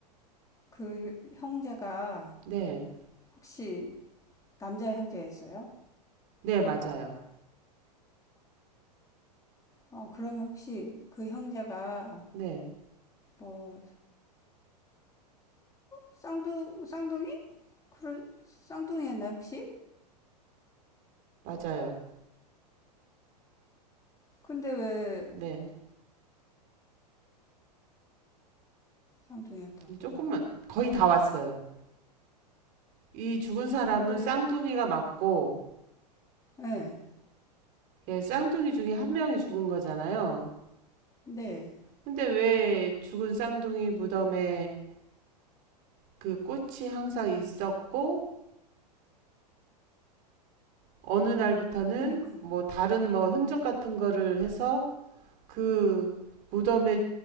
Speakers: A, on the left; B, on the right.
A: 그 형제가
B: 네.
A: 혹시 남자 형제였어요?
B: 네, 맞아요.
A: 어, 그러면 혹시 그 형제가
B: 네,
A: 뭐 쌍둥 쌍둥이? 그럴 쌍둥이였나요, 혹시?
B: 맞아요.
A: 근데 왜
B: 네.
A: 쌍둥이였다고?
B: 조금만, 거의 다 왔어요. 이 죽은 사람은
A: 근데,
B: 쌍둥이가 맞고,
A: 예,
B: 예, 쌍둥이 중에 한 명이 죽은 거잖아요.
A: 네,
B: 근데 왜 죽은 쌍둥이 무덤에 그 꽃이 항상 있었고 어느 날부터는
A: 그니까.
B: 뭐 다른 뭐 흔적 같은 거를 해서 그 무덤에